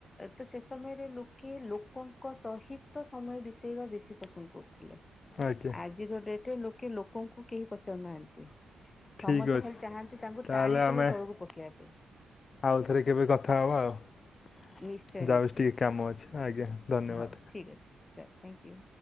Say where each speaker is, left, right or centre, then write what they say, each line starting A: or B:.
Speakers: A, on the left (about 20°); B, on the left (about 40°).
A: ତ ସେ ସମୟରେ ଲୋକେ ଲୋକଙ୍କ ସହିତ ସମୟ ବିତେଇବା ବେଶୀ ପସନ୍ଦ କରୁଥିଲେ।
B: ଆଜ୍ଞା।
A: ଆଜିର ଡେଟ ରେ ଲୋକେ ଲୋକଙ୍କୁ କେହି ପଚାରୁନାହାନ୍ତି। ସମସ୍ତେ
B: ଠିକ୍ ଅଛି
A: ଖାଲି ଚାହାନ୍ତି ତାଙ୍କୁ
B: ତାହେଲେ
A: ଟାଣି କେବଳ
B: ଆମେ
A: ତଳକୁ ପକେଇବା ପାଇଁ।
B: ଆଉଥରେ କେବେ କଥା ହେବା ଆଉ
A: ନିଶ୍ଚୟ
B: ଯାଉଛି
A: ନିଶ୍ଚୟ
B: ଟିକେ କାମ ଅଛି ଆଜ୍ଞା। ଧନ୍ୟବାଦ
A: ହଉ ଠିକ୍ ଅଛି ଚାଲ ଥ୍ୟାଙ୍କୟୁ।